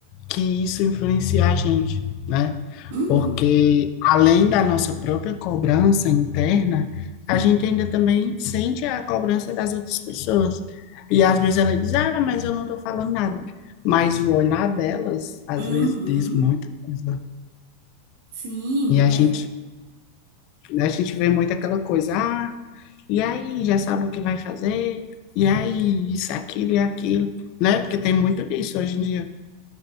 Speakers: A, on the left; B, on the right.
A: que isso influencia a gente, né?
B: Uhum.
A: Porque além da nossa própria cobrança interna, a gente ainda também sente a cobrança das outras pessoas. E às vezes ela diz, ah, mas eu não estou falando nada. Mas o olhar delas, às
B: Uhum.
A: vezes, diz muita coisa.
B: Sim,
A: E a
B: é.
A: gente, a gente vê muito aquela coisa, ah, e aí, já sabe o que vai fazer? E aí, isso, aquilo e aquilo, né? Porque tem muito disso hoje em dia.